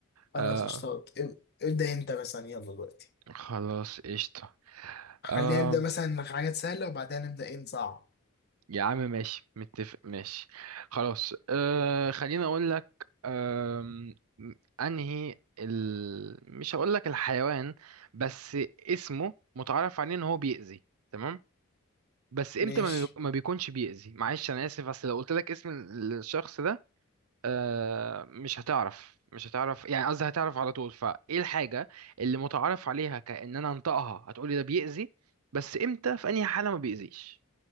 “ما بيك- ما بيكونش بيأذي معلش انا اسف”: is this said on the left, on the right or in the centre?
Right